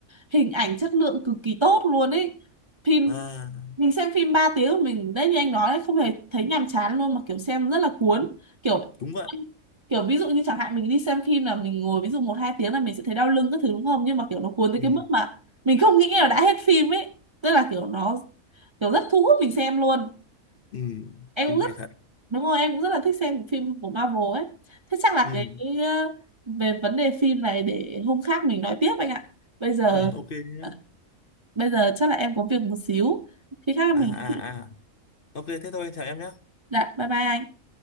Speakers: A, on the right; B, on the left.
A: hình ảnh chất lượng cực kỳ tốt luôn ấy phim
B: À
A: mình xem phim 3 tiếng của mình đấy như anh nói đấy không hề thấy nhàm chán luôn mà kiểu xem rất là cuốn kiểu
B: đúng vậy.
A: kiểu ví dụ như chẳng hạn mình đi xem phim là mình ngồi ví dụ một hai tiếng là mình sẽ thấy đau lưng các thứ đúng không nhưng mà kiểu nó cuốn tới
B: Ừ.
A: cái mức mà mình không nghĩ là đã hết phim ấy tức là kiểu nó kiểu rất thu hút mình xem luôn
B: Ừ.
A: em
B: Phim
A: cũng rất
B: hay thật.
A: đúng rồi em cũng rất là thích xem phim của Marvel ấy thế chắc là
B: Ừ.
A: cái, cái ờ, về vấn đề phim này để hôm khác mình nói tiếp anh ạ bây giờ
B: Ừ ok nhá.
A: ờ, bây giờ chắc là em có việc một xíu khi khác
B: À
A: mình
B: à à. Ok thế thôi chào em nhé.
A: dạ bye bye anh